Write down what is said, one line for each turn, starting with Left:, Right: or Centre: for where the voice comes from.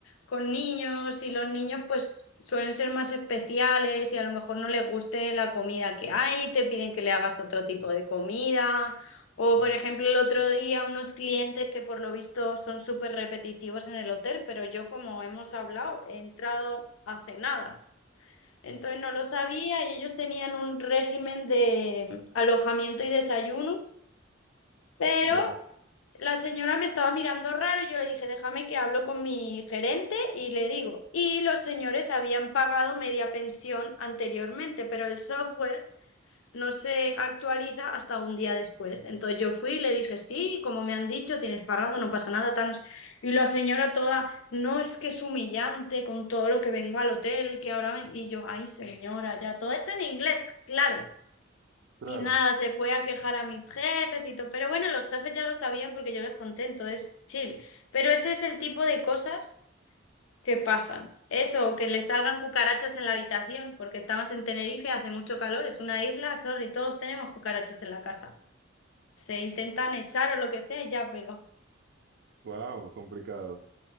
Left: con niños y los niños pues suelen ser más especiales y a lo mejor no les guste la comida que hay, te piden que le hagas otro tipo de comida. O por ejemplo el otro día unos clientes que por lo visto son súper repetitivos en el hotel, pero yo como hemos hablado he entrado hace nada. Entonces no lo sabía y ellos tenían un régimen de alojamiento y desayuno pero
Right: Ya,
Left: la señora me estaba mirando raro y yo le dije, déjame que hablo con mi gerente y le digo. Y los señores habían pagado media pensión anteriormente, pero el software no se actualiza hasta un día después. Entonces yo fui y le dije, sí, como me han dicho, tienes pagado, no pasa nada, tal. no Y la señora toda, no es que es humillante con todo lo que vengo al hotel, que ahora... ven-". Y yo, ay señora, ya todo está en inglés, claro.
Right: claro.
Left: Y nada, se fue a quejar a mis jefes y todo. Pero bueno, los jefes ya lo sabían porque yo les conté, entonces chill. Pero ese es el tipo de cosas que pasan. Eso, o que le salgan cucarachas en la habitación, porque estamos en Tenerife, hace mucho calor, es una isla, sorry, todos tenemos cucarachas en la casa. Se intentan echar o lo que sea, ya, pero.
Right: Wow, complicado.